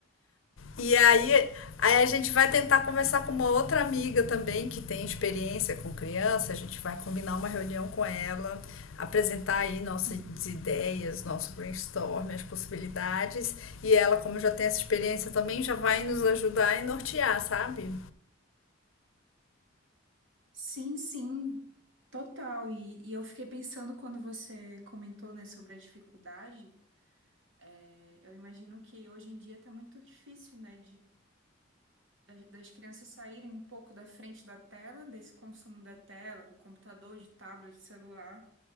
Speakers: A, on the left; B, on the right.
A: e aí, aí a gente vai tentar conversar com uma outra amiga também que tem experiência com criança, a gente vai combinar uma reunião com ela, apresentar aí nossas
B: Sim,
A: ideias, nosso brainstorm, as possibilidades, e ela, como já tem essa experiência também, já vai nos ajudar e nortear, sabe?
B: sim, sim, total. E, e eu fiquei pensando quando você comentou, né, sobre a dificuldade. é, eu imagino que hoje em dia tá muito difícil, né, das, das crianças saírem um pouco da frente da tela, desse consumo da tela, do computador, de tablet, de celular,